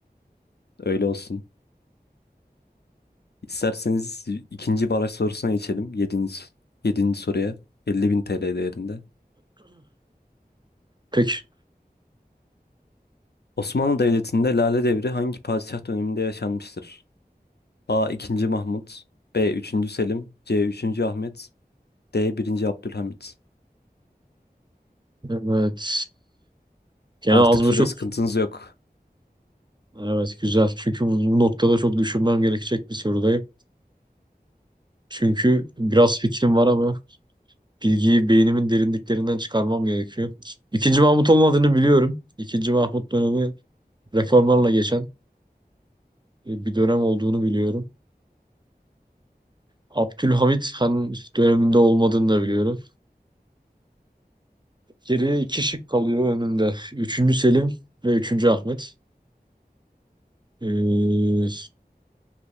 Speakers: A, on the left; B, on the right.
A: Öyle olsun. İsterseniz ikinci baraj sorusuna geçelim. Yedinci, yedinci soruya. 50.000 TL değerinde.
B: Pek
A: Osmanlı Devleti'nde Lale Devri hangi padişah döneminde yaşanmıştır? A. 2. Mahmut B. 3. Selim C. 3. Ahmet D. 1. Abdülhamit
B: Evet. Gene
A: Artık
B: az buçuk.
A: süre sıkıntınız yok.
B: Evet güzel. Çünkü bu bu noktada çok düşünmem gerekecek bir sorudayım. Çünkü biraz fikrim var ama bilgiyi beynimin derinliklerinden çıkarmam gerekiyor. İkinci Mahmut olmadığını biliyorum. İkinci Mahmut dönemi reformlarla geçen e, bir dönem olduğunu biliyorum. Abdülhamit Han döneminde olmadığını da biliyorum. Geriye iki şık kalıyor önümde. Üçüncü Selim ve üçüncü Ahmet. Ee,